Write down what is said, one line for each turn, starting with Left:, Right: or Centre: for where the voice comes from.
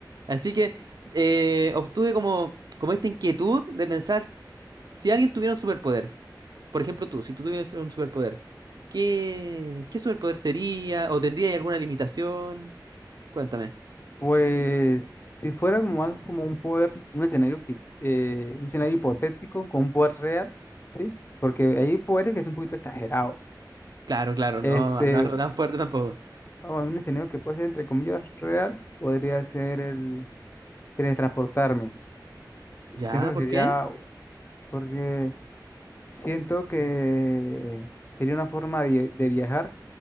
Right: Así que eh, obtuve como, como esta inquietud de pensar si alguien tuviera un superpoder. Por ejemplo, tú, si tú tuvieras un superpoder, ¿qué, qué superpoder sería? ¿O tendría alguna limitación? Cuéntame.
Left: pues si fuera como más como un poder, un escenario, fi- eh, un escenario hipotético con un poder real, ¿sí? Porque hay poderes que son un poquito exagerados.
Right: Claro, claro,
Left: Este,
Right: no, no algo tan fuerte tampoco.
Left: vamos, un escenario que puede ser entre comillas real, podría ser el teletransportarme.
Right: ¿Ya?
Left: Siento que
Right: ¿Por
Left: sería,
Right: qué?
Left: porque siento que sería una forma de de viajar